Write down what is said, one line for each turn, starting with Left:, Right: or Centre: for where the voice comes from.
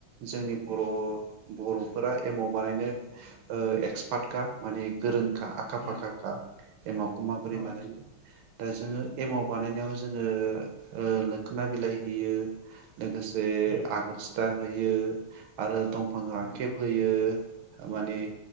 Right: जोंनि बर' बर'फोरा एमाव बानायनो ओ एक्सपार्ट खा माने गोरोंखा आखा
Left: उम
Right: फाखा खा एमाखौ माबोरै
Left: औ
Right: बानायो दा जोङो एमाव बानायनायाव जोङो ओ लोखोना बिलाइ होयो लोगोसे
Left: उम
Right: आगोर सिथा होयो आरो दंफां राखेब
Left: औ
Right: होयो ओ माने